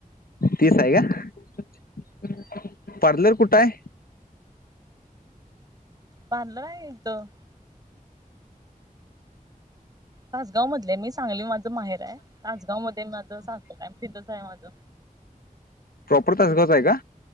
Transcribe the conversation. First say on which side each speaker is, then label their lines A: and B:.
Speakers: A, on the left; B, on the right.
A: तीस हाय काय. पार्लर कुठाय?
B: पार्लर हाय इथं तासगाव मधलीय मी, सांगली माझं माहेराय. तासगाव मध्ये माझं सासराय, तिथंच हाय माझं.
A: प्रॉपर तासगावचं हाय का?